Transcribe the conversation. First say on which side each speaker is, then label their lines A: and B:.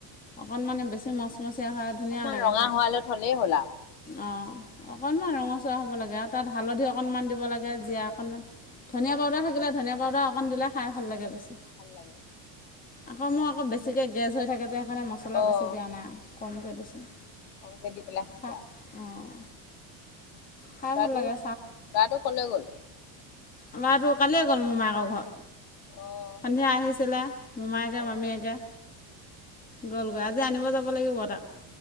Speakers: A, on the left; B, on the left.
A: অকণ মানে বেছি মচমচীয়া হয়
B: অকণমান
A: ধুনীয়া লাগে
B: ৰঙা
A: খায়।
B: হোৱালৈ থ'লেই হ'ল
A: অ'।
B: আৰু
A: অকনমান ৰঙচুৱা হ'ব লাগে, আৰু তাত হালধি অকনমান দিব লাগে, জীয়া অকনমান ধনীয়া
B: অ',
A: পাউদাৰ থাকিলে ধনীয়া পাউদাৰ অকণ দিলে খাই ভাল লাগে বেছি।
B: ভাল লাগে।
A: আকৌ মো আকৌ বেছিকে গেছ হৈ থাকে যে সেইকাৰণে মছলা
B: অ',
A: বেছি দিয়া নাই, কমকে দিছোঁ।
B: কমকে দি পেলাই খাইছা।
A: খাই অঁ খাই
B: ল'ৱাটো,
A: ভাল লাগে
B: ল'ৱাটো কলৈ গ'ল?
A: আমাটো কালিয়ে গ'ল মোমায়েকৰ ঘৰ।
B: অ',
A: সন্ধিয়া আহিছিলে, মোমায়েকে
B: অ',
A: মামীয়েকে। গলগৈ। আজি আনিব যাব লাগিব তাক।